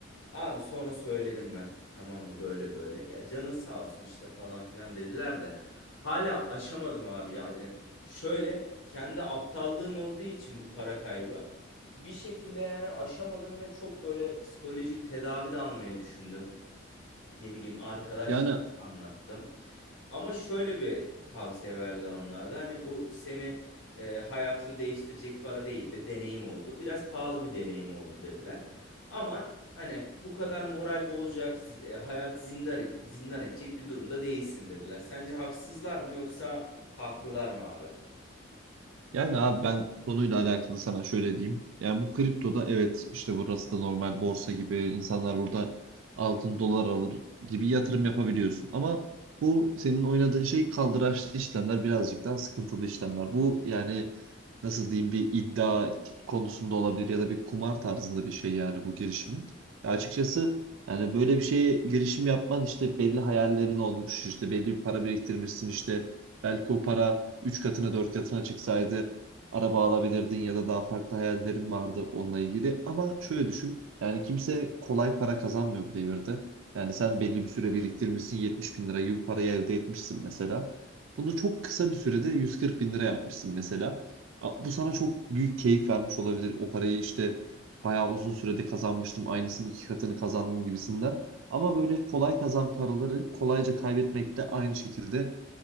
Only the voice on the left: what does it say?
Abi sonra söyledim ben. Tamam mı böyle böyle. Ya canın sağ olsun işte falan filan dediler de. Hala aşamadım abi yani. Şöyle kendi aptallığım olduğu için bu para kaybı. Bir şekilde yani aşamadım ve çok böyle psikolojik tedavi de almayı düşündüm. Ne bileyim arkadaşlarıma
anlattım. Ama şöyle bir tavsiye verdiler onlarda. Hani bu seni e, hayatını değiştirecek para değil de deneyim oldu. Biraz pahalı bir deneyim oldu dediler. Ama hani bu kadar moral bozacak, zi- e, hayatı zindan, zindan edecek bir durumda değilsin dediler. Sence haksızlar mı yoksa haklılar mı abi?